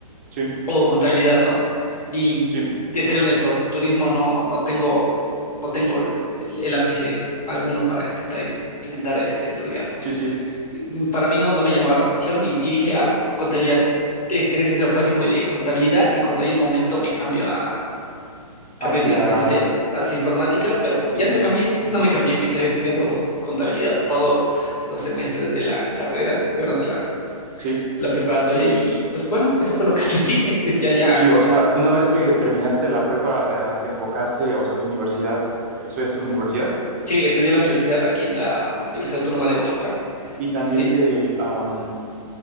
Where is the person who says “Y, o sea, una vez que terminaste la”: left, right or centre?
Right